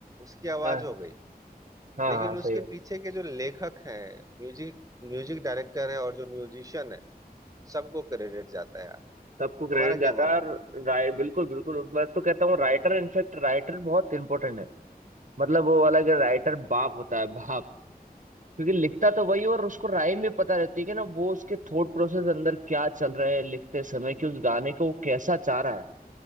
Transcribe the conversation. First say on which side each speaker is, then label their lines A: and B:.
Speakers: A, on the right; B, on the right.
A: उसकी आवाज
B: हाँ
A: हो गई
B: हाँ
A: लेकिन
B: हाँ सही
A: उसके
B: बात
A: पीछे के जो लेखक हैं म्यूजिक म्यूजिक डायरेक्टर है और जो म्यूजिशियन है सबको क्रेडिट जाता है यार
B: सबको क्रेडिट
A: तुम्हारा क्या
B: जाता
A: मानना
B: है और
A: है
B: राय बिल्कुल बिल्कुल मैं तो कहता हूँ राइटर इनफेक्ट राइटर बहुत इंपॉर्टेंट है मतलब वो वाला कि राइटर बाप होता है बाप क्योंकि लिखता तो वही है और उसको राइम भी पता रहती है कि ना वो उसके थॉट प्रोसेस अंदर क्या चल रहा है लिखते समय कि उस गाने को वो कैसा चाह रहा है